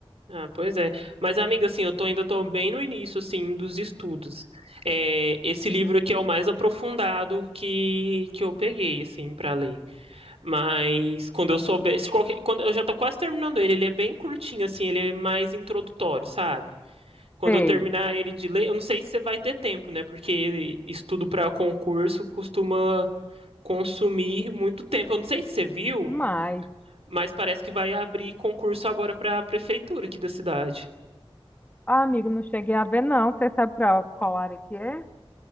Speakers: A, on the right; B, on the left.
A: Ah, pois é. Mas, amiga, assim, eu tô, ainda tô bem no início, assim, dos estudos. É, esse livro aqui é o mais aprofundado que, que eu peguei, assim, pra ler. Mas quando eu souber, se qualquer, quando eu já tô quase terminando ele, ele é bem curtinho, assim, ele é mais introdutório, sabe? Quando
B: Sei,
A: eu terminar ele de ler, eu não sei se você vai ter tempo, né? Porque estudo pra concurso costuma consumir muito tempo. Eu não sei se você viu,
B: demais.
A: mas parece que vai abrir concurso agora pra prefeitura aqui da cidade.
B: Ah, amigo, não cheguei a ver, não. Você sabe para qual área que é?